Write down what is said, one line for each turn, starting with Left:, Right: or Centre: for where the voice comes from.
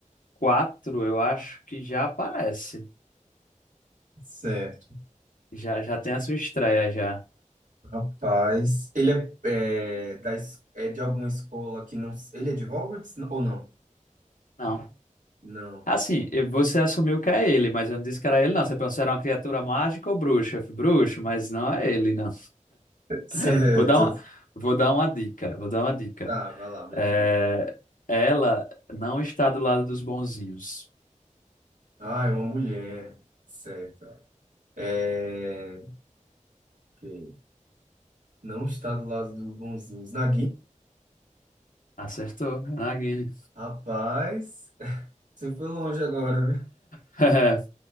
Left: 4, eu acho que já aparece.
Right: Certo.
Left: Já, já tem a sua estreia, já.
Right: Rapaz. Ele é, é, da, es- é de alguma escola que não. Ele é de Hogwarts ou não?
Left: Não.
Right: Não.
Left: Assim, e você assumiu que é ele, mas eu não disse que era ele, não. Você pensou que era uma criatura mágica ou bruxa? Eu falei, Bruxo, mas não é ele, não.
Right: Certo.
Left: <laughs> Vou dar uma, vou dar uma dica, vou dar uma dica.
Right: Tá, vai lá, me
Left: É,
Right: ajuda.
Left: ela não está do lado dos bonzinhos.
Right: Ah, é uma mulher. Certo. É, que não está do lado dos bonzinhos. Na
Left: Acertou, Nagini.
Right: Rapaz, <laughs> você foi longe agora, viu?
Left: <laughs>